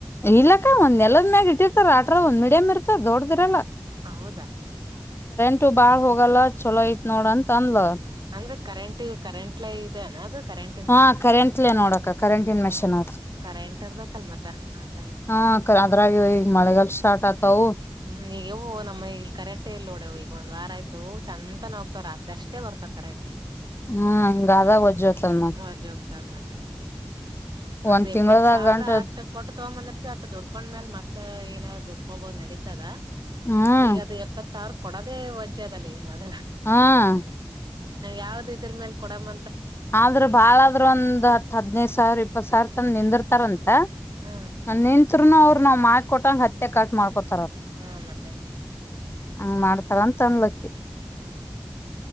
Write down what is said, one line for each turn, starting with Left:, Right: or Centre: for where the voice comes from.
Left: ಇಲ್ಲಕ್ಕ <unintelligible> ಇಟ್ಟಿರ್ತಾರ <unintelligible> ಒಂದ ಮಡಿಯಮ ಇರ್ತದ ದೊಡ್ದರಲ್ಲ
Right: ಹೌದಾ
Left: ಇಷ್ಟು ಬಾಳ್ ಹೋಗಲ್ಲ ಚೊಲೋ ಐತ್ ನೋಡ ಅಂತ ಅನ್ಲ
Right: ಅಂದ್ರೆ ಕರೆಂಟ್ ಕರೆಂಟ್ಲ ಇದೆ ಅನ ಅದು ಕರೆಂಟನ್
Left: ಹಾ
Right: ಮಷಿನ್ನ
Left: ಕರೆಂಟ್ಲೆ ನೋಡಕ್ಕ ಕರೆಂಟಿನ್
Right: ಹ
Left: ಮೆಷಿನ್
Right: ಹ
Left: ಅದು
Right: ಕರೆಂಟ್ ಇರ್ಬೇಕಲ್ ಮತ್ತ ಆ ಟೈಮ್
Left: ಹಾ ಅದ್ರಾಗ ಈಗ ಮಳೆಗಾಲ್ ಸ್ಟಾರ್ಟ್ ಆತಾವು
Right: ಹ್ಮ್ ಈಗವು ನಮ್ಮ ಇ ಕರೆಟೆ ಇಲ್ಲಿ ನೋಡೆವು ಈಗ ಒಂದ್ ವಾರ ಆಯ್ತು. ಆಯ್ತ ಚಂದನ ಹೋಗ್ತವ ರಾತ್ರಿ ಅಷ್ಟೇ ಬರ್ತಾವ ಕರೆಕ್ಟ್
Left: ಹ್ಮ ಹಿಂಗಾದಾಗ
Right: ಹ್ಮ್
Left: ವಜ್ಜೋತಲ್ ನ
Right: <unintelligible> ಮತ್ತೆ ಅದ
Left: ಒಂದ್
Right: ಎಪ್ಪತ್
Left: ತಿಂಗಳದಾಗ
Right: ಸಾವಿರ
Left: ಗಂಟ
Right: ಅಟ್ಟ ಕೊಟ್ಟು ತಗೊಂಡ್ಬಂದಿರ್ತತಿ ಅಟ್ಟು ದುಡ್ಕೊಂಡ್ಮೇಲ್ ಮತ್ತ ಏನಾದ ದುಡ್ ಕಬೋದು ನಡೀತದ
Left: ಹ್ಮ್
Right: ಈಗ ಅದು ಎಪ್ಪತ್ ಸಾವಿರ ಕೊಡೋದೇ ವಜ್ಯದಲ್ಲಿ. ಮೊದ
Left: ಹ್ಮ್
Right: ಯಾವ್ದ ಇದ್ರ ಮೇಲ್ ಕೊಡಂಮ
Left: ಆದ್ರ್ ಬಾಳಾದ್ರರು ಒಂದ್ ಹತ್ ಹದಿನೈದು ಸಾವಿರ ಇಪ್ಪತ್ ಸಾವಿರ ತಂದ ನಿಂದಿರ್ತಾರಂತೆ
Right: ಹ್ಮ
Left: ನಿಂತ್ನು ಅವರು ನಾವ್ ಮಾಡ್ಕೊಟ್ಟಂಗ ಹತ್ತೆ ಕಟ್ ಮಾಡ್ಕೊತ
Right: ಹಾ ಮತ್ತೆ
Left: ಹಾ ಮಾಡ್ತಾಳಂತೆ
Right: ಹ್ಮ್
Left: ಅಂತನ್ಲಕ್ಕಿ
Right: ಹ್ಮ್